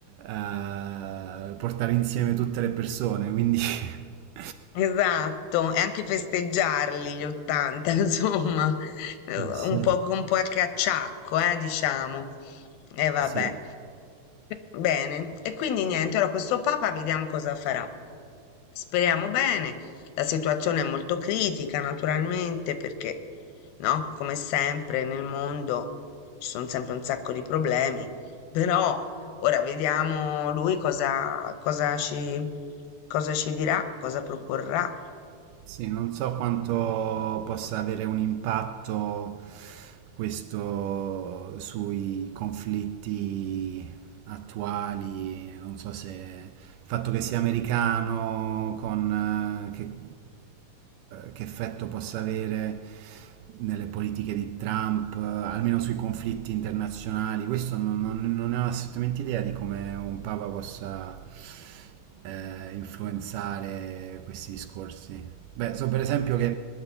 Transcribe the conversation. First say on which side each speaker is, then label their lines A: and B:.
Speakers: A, on the right; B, on the left.
A: eh, portare insieme tutte le persone, quindi <laughs>
B: Esatto, e anche festeggiarli gli 80, <laughs> insomma, eh, un
A: sì,
B: po' con qualche acciacco, eh, diciamo. E vabbè.
A: sì.
B: Bene, e quindi niente, ora questo Papa vediamo cosa farà. Speriamo bene, la situazione è molto critica, naturalmente, perché, no, come sempre nel mondo ci sono sempre un sacco di problemi, però Ora vediamo lui cosa, cosa ci, cosa ci dirà, cosa proporrà.
A: Sì, non so quanto possa avere un impatto questo sui conflitti attuali, non so se il fatto che sia americano, con, eh, che, che effetto possa avere nelle politiche di Trump, eh, almeno sui conflitti internazionali, questo non, non- non ne ho assolutamente idea di come un papa possa eh, influenzare questi discorsi. Beh, so per esempio che